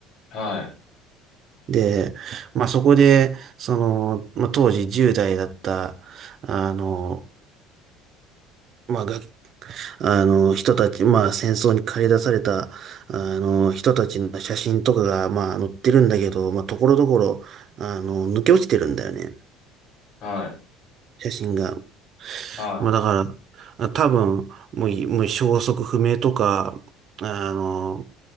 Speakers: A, on the left (about 30°); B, on the right (about 35°).
A: はい、
B: で、まあそこで、その、まあ当時10代だった、あの、まあ、が、あの、人たち、まあ、戦争に駆り出された、あの、人たちの写真とかが、まあ、載ってるんだけど、まあ、ところどころ、あの、抜け落ちてるんだよね、
A: はい、
B: 写真が。
A: はい。
B: まあ、だから、あ多分、もうい、もう消息不明とか、あの、